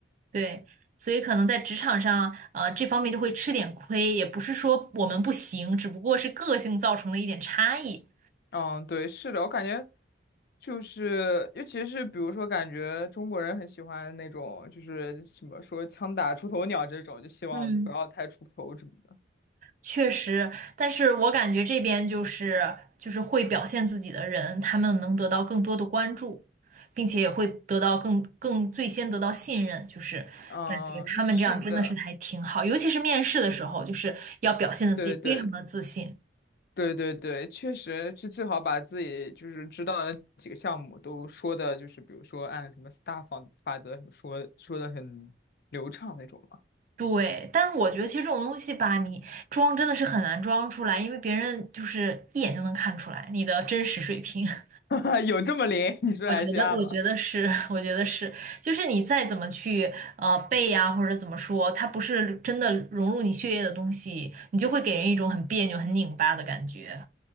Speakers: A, on the right; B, on the left.
A: 对，所以可能在职场上，呃，这方面就会吃点亏，也不是说我们不行，只不过是个性造成的一点差异。
B: 嗯，对，是的，我感觉就是，尤其是比如说，感觉中国人很喜欢那种，就是什么说“枪打出头鸟”这种，就希望不要太出头什么的。
A: 嗯确实，但是我感觉这边就是就是会表现自己的人，他们能得到更多的关注，并且也会得到更更最先得到信任，就是感觉他们这样真的是还挺好，
B: 嗯，是的，
A: 尤其是面试的时候，就是要表现的自己非常的自信。
B: 对对对对对，确实是最好把自己就是知道的几个项目都说的，就是比如说按什么 STAR 法法则什么说说的很流畅那种嘛。
A: 对，但我觉得其实这种东西吧，你装真的是很难装出来，因为别人就是一眼就能看出来你的真实水平。<laughs>
B: <laughs> 有这么灵？你说
A: 我觉得，
B: HR
A: 我觉得是，
B: 吗？
A: <laughs> 我觉得是，就是你再怎么去呃背呀、或者怎么说，它不是真的融入你血液的东西，你就会给人一种很别扭、很拧巴的感觉。